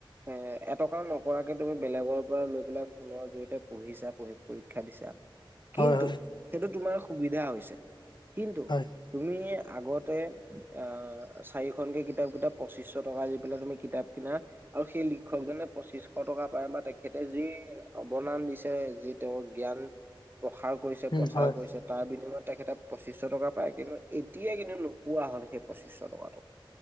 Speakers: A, on the right; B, on the left.
A: এ এটকা নকৰাকে তুমি বেলেগৰ পৰা লৈ পেলাই ফোনৰ জৰিয়তে পঢ়িছা পঢ়ি পৰীক্ষা দিছা, কিন্তু
B: হয় হয়
A: সেইটো তোমাৰ সুবিধা হৈছে। কিন্তু
B: হয়
A: তুমি আগতে অ', চাৰিখনকে কিতাপ কিতাপ পঁচিছশ টকা দি পেলাই তুমি কিতাপ কিনা। আৰু সেই লিখকজনে পঁচিশ টকা পায় বা তেখেতে যি অৱদান দিছে। যি তেওঁৰ জ্ঞান প্ৰসাৰ কৰিছে,
B: উম
A: প্ৰচাৰ
B: হয়
A: কৰিছে। তাৰ বিনিময়ত তেখেতে পঁচিছশ টকা পায়, কিন্তু এতিয়া কিন্তু নোপোৱা হ'ল সেই পঁচিছশ টকাটো।